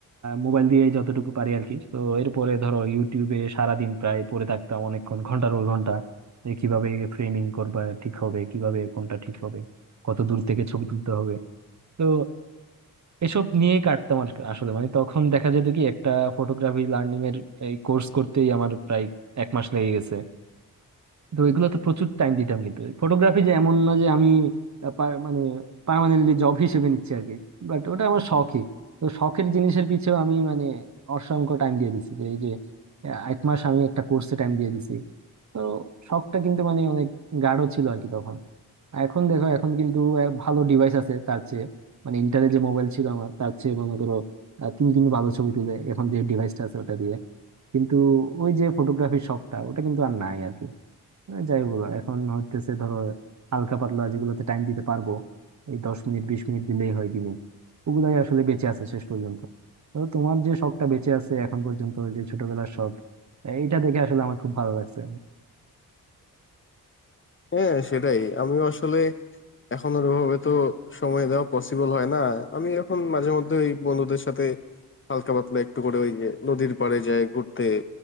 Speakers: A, on the right; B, on the left.
A: মোবাইল দিয়ে যতটুকু পারি আর কি তো এরপরে ধরো ইউটিউবে সারাদিন প্রায় পড়ে থাকতাম অনেকক্ষণ ঘন্টার পর ঘন্টা যে কিভাবে ফ্রেমিং করবা ঠিক হবে কিভাবে কোনটা ঠিক হবে কত দূর থেকে ছবি তুলতে হবে তো এসব নিয়েই কাটতাম আর কি আসলে মানে তখন দেখা যেত কি একটা ফটোগ্রাফি লার্নিং এর এই কোর্স করতেই আমার প্রায় এক মাস লেগে গেছে তো এগুলোতে প্রচুর টাইম দিতাম কিন্তু ফটোগ্রাফি যে এমন না যে আমি আহ, পা- মানে পার্মানেন্টলি জব হিসেবে নিচ্ছি আর কি বাট ওটা আমার শখই তো শখের জিনিসের পিছেও আমি মানে অসংখ্য টাইম দিয়ে দিছি যে এই যে আহ, এক মাস আমি একটা কোর্সে টাইম দিয়ে দিছি তো শখটা কিন্তু মানে অনেক গাঢ় ছিল আর কি তখন আর এখন দেখো এখন কিন্তু আহ, ভালো ডিভাইস আছে তার চেয়ে মানে ইন্টারে যে মোবাইল ছিল আমার তার চেয়ে মনে করো আহ, তিন দিন ভালো ছবি তুলে এখন যে ডিভাইসটা আছে ওটা দিয়ে কিন্তু ওই যে ফটোগ্রাফির শখটা ওটা কিন্তু আর নাই আর কি হ্যাঁ, যাই বলো এখন হচ্ছে ধরো হালকা পাতলা যেগুলোতে টাইম দিতে পারবো এই দশ মিনিট বিশ মিনিট দিলেই হয় দিনে ওগুলাই আসলে বেঁচে আছে শেষ পর্যন্ত তো তোমার যে শখটা বেঁচে আছে এখন পর্যন্ত যে ছোটবেলার শখ এটা দেখে আসলে আমার খুব ভালো লাগছে
B: হ্যাঁ সেটাই আমিও আসলে এখন আর ওভাবে তো সময় দেওয়া পসিবল হয় না আমি এখন মাঝে মধ্যে ওই বন্ধুদের সাথে হালকা পাতলা একটু করে ওই যে নদীর পাড়ে যাই ঘুরতে